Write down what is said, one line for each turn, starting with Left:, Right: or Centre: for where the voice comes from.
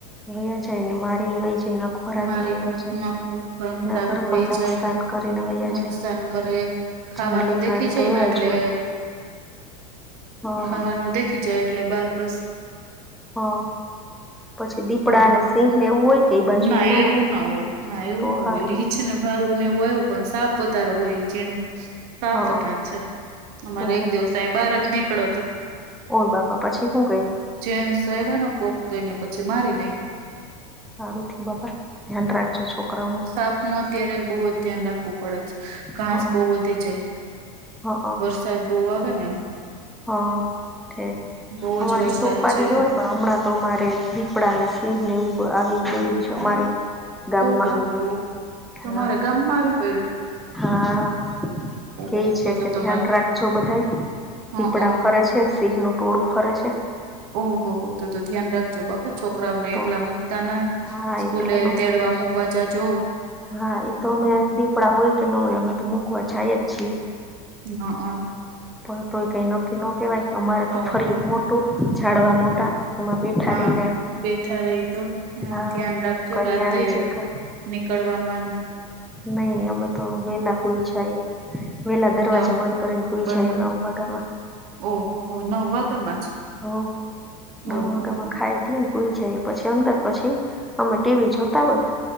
Centre: વયા જાય ને મારીને વહી જાયને ખબર આવી
Right: મારીને
Centre: ને વયા જાય
Right: નખરાવીને
Centre: એના ઘરમાં
Right: વહી
Centre: નુકસાન.
Right: જાય
Centre: કરીને વયા
Right: નુકસાન
Centre: જાય
Right: કરે. ખાવાનું
Centre: જંગલી પ્રાણી
Right: દેખી જાયને
Centre: તો એવા
Right: એટલે
Centre: જ હોય હા
Right: ખાવાનું દેખી જાય. એટલે બાર પસ
Centre: હા પછી દીપડા
Right: અ
Centre: અને સિંહ ને એવું હોય કે એ બાજુ
Right: ના
Centre: એ ન
Right: એવું ના હોય ના એવું
Centre: તો
Right: ના
Centre: હારું
Right: હોય રિચને
Centre: લ્યો
Right: ભાલું ને એવું આવું પણ સાપ વધારે હોય જીણૂ. સાપ
Centre: હઅ
Right: વધાર છે અમારે
Centre: તો
Right: એક દિવસ અહીં બહાર જ નીકળો તો.
Centre: ઓર બાપા પછી હું કર્યું.
Right: જેન્ટ્સ કોક આવ્યા ને તો પછી મારી નાખ્યો.
Centre: હારું થી બાપા ધ્યાન રાખજો છોકરાઓનું.
Right: સાપ નું અત્યારે બઉુ જ ધ્યાન રાખવું પડે છે. ઘાસ
Centre: હ
Right: બહ વધી જાય
Centre: હ હ
Right: વરસાદ બહુ આવે ને એમાં.
Centre: હા ઠક
Right: બહુ
Centre: અમારી
Right: જ વરસાદ
Centre: તો ઉપાધિ
Right: છે.
Centre: ન હોય પણ હમણાં તો અમારે દીપડા અને સિંહ ને ઉ આવી ગયુ છે અમારી ગામમાં
Right: ઓહોહ તો
Centre: હા
Right: મારા ગામમાં આવી પડ્યું?
Centre: હા કેઈ
Right: ઓહો
Centre: છે
Right: તો તો
Centre: કે
Right: તમારે
Centre: ધ્યાન રાખજો બધાય.
Right: હ
Centre: દીપડા
Right: અ
Centre: ફરે છે સિંહનું ટોળું ફરે છે.
Right: ઓહ હો તો તો ધ્યાન રાખજો બરાબર. છોકરાઓ ને
Centre: તો
Right: એકલા મુકતા ના
Centre: હા
Right: સ્કૂલે
Centre: એકલા ન
Right: તેડવા
Centre: મૂકી
Right: મકવા જજો.
Centre: હા એ તો અમે દીપડા હોય કે ન હોય અમે તો મૂકવા જાય જ છીએ.
Right: હ
Centre: પણ તોય કઈ નક્કી ન કેવાય
Right: છોકરા
Centre: અમારે તો ફરી
Right: ઓકે
Centre: મોટું ઝડવા મોટા. એમાં બેઠા
Right: હા
Centre: રહીને
Right: બેઠા રહી તો હ
Centre: હા
Right: ધ્યાન રાખજો
Centre: કઈ
Right: રાતે.
Centre: આવી જાય
Right: નીકળવા વામાં
Centre: નહી નહી અમે તો વેલા હુઈ જાયે. વેલા દરવાજા
Right: ના
Centre: બંધ કરીને હુય
Right: બંધ
Centre: જાયે એ નવ વાગામાં.
Right: ઓહો હો નવ વાગામાં જ.
Centre: હ નવ
Right: ઓહો
Centre: વાગ્યા માં ખાય તને હોઈ જાય પછી અંદર પછી અમે ટીવી જોતા હોય.